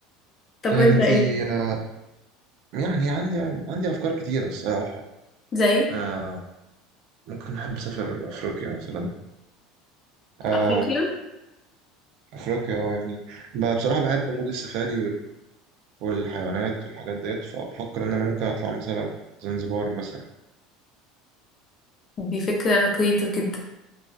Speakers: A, on the left; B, on the right.
A: طب
B: طيب
A: وانت
B: انتي
A: ايه؟
B: آه يعني عندي عندي أفكار كتيرة الصراحة
A: زي
B: آه ممكن أحب أسافر أفريقيا مثلا آه،
A: أفريقيا
B: أفريقيا اه يعني ب- بصراحة بحب مود السفاري والحيوانات والحاجات ديت فبفكر إن أنا ممكن أطلع مثلا زنزبار مثلا
A: دي فكرة كريتيف جدا